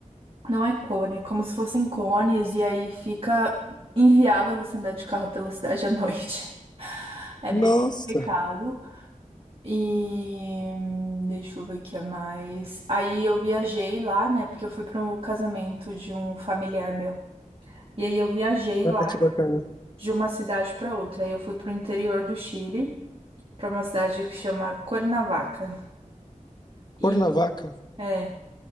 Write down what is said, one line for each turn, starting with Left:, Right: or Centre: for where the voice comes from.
Right: Não é cone, é como se fossem cones, e aí fica inviável você andar de carro pela cidade à noite. <laughs> É
Left: Nossa,
Right: bem complicado. E hum, deixa eu ver o que é mais. Aí eu viajei lá, né? Porque eu fui para um casamento de um familiar meu. E aí eu viajei
Left: ah,
Right: lá
Left: que bacana.
Right: de uma cidade para outra. Aí eu fui pro interior do Chile, para uma cidade que chama Cuernavaca.
Left: Cuernavaca?
Right: E é,